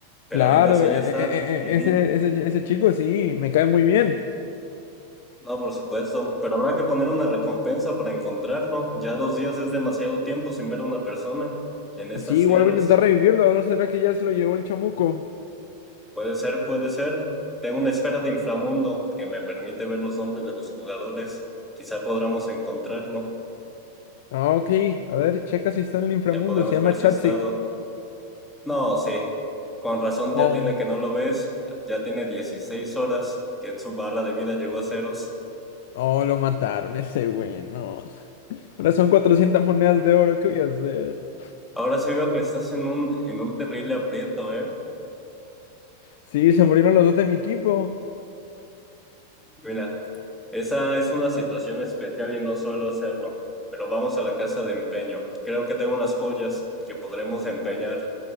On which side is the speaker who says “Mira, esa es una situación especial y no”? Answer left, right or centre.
Centre